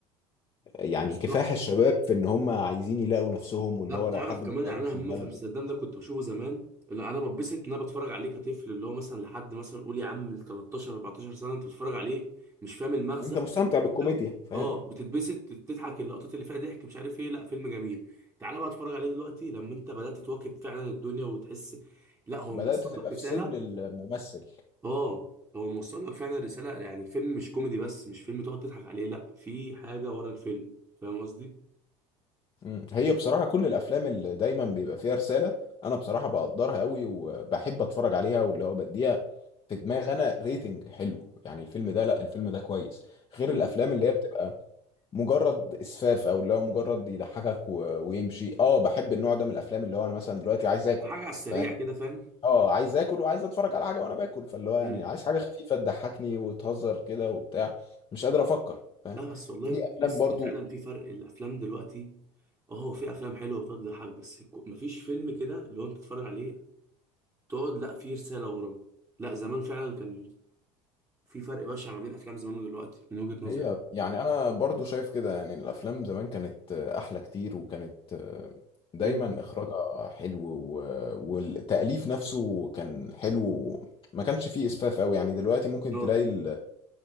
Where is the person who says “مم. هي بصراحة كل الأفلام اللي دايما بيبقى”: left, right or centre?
Left